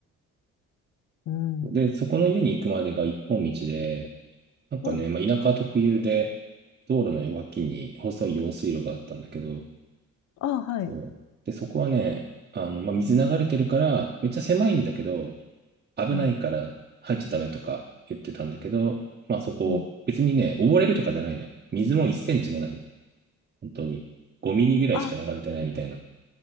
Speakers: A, on the left; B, on the right.
A: うん。
B: んで、そこの家に行くまでが一本道で、なんかね、
A: うん。
B: まあ、田舎特有で、道路の脇に細い用水路があったんだけど、
A: ああ、はい。
B: そう。で、そこはね、あの、まあ、水流れてるから、めっちゃ狭いんだけど、危ないから入っちゃダメとか言ってたんだけど、
A: うん。
B: まあそこ、
A: うん。
B: 別にね、溺れるとかじゃないのよ。水も1センチもないの。本当に。5ミリぐらいしか流れてないみたいな。
A: あ、